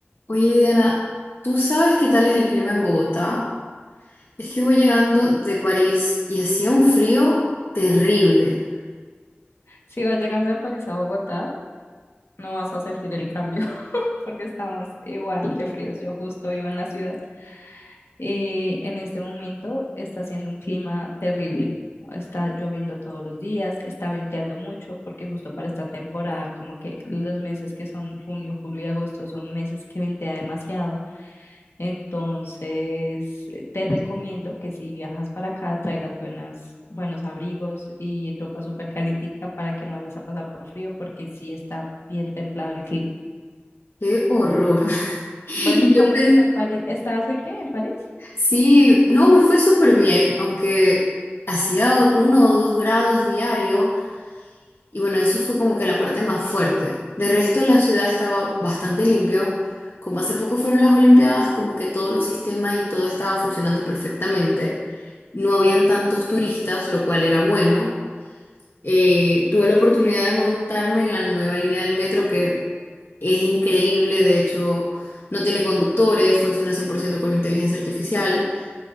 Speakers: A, on the left; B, on the left.
A: Oye, Diana, ¿tú sabes qué tal es el clima en Bogotá? Es que voy llegando de París y hacía un frío terrible.
B: Si vas llegando de París a Bogotá, no vas a sentir el cambio <laughs> porque estamos igual de fríos. Yo justo vivo en la ciudad y en este momento está haciendo un clima terrible. Está lloviendo todos los días, está venteando mucho porque justo para esta temporada, como que los meses que son junio, julio y agosto son meses que ventea demasiado. Entonces, eh, te recomiendo que si viajas para acá, traigas buenas, buenos abrigos y ropa súper calientica para que no vayas a pasar por frío, porque sí está bien templado el clima.
A: ¡Qué horror! <laughs>
B: Bueno, ¿y
A: Yo
B: cómo
A: pensé,
B: te fue en París? ¿Estabas en qué? ¿En París?
A: sí, no, me fue súper bien, aunque hacía uno o dos grados diario y bueno, eso fue como que la parte más fuerte. De resto, la ciudad estaba bastante limpia. Como hace poco fueron las Olimpiadas, como que todos los sistemas y todo estaba funcionando perfectamente. No habían tantos turistas, lo cual era bueno. Eh, tuve la oportunidad de montarme en la nueva línea del metro que es increíble, de hecho no tiene conductores, funciona 100% con inteligencia artificial,